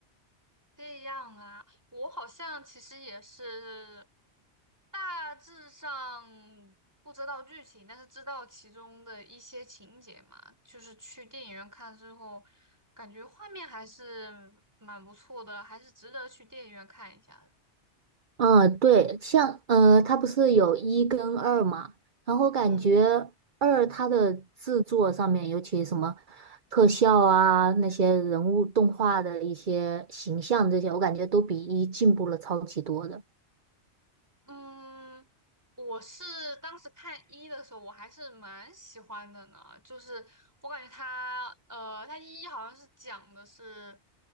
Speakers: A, on the right; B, on the right.
A: 这样啊，我好像其实也是大致上不知道剧情，但是知道其中的一些情节嘛。就是去电影院看之后，感觉画面还是蛮不错的，还是值得去电影院看一下的
B: 嗯，对，像呃，它不是有一跟二嘛，然后感觉二它的制作上面，
A: 嗯。
B: 尤其什么特效啊，那些人物动画的一些形象这些，我感觉都比一进步了超级多的。
A: 嗯，我是当时看一的时候，我还是蛮喜欢的呢。就是我感觉他，呃，他一好像是讲的是，